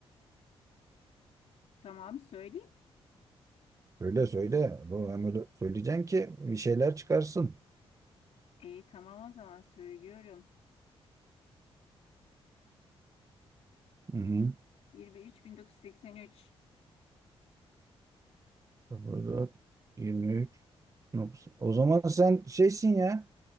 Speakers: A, on the left; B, on the right.
A: Tamam söyleyeyim.
B: Söyle söyle. Doğru ama öyle söyleyeceksin ki bir şeyler çıkarsın.
A: E, tamam o zaman söylüyorum.
B: Hı hı.
A: 04 23 üç
B: 04, 23, 90. O zaman sen şeysin ya,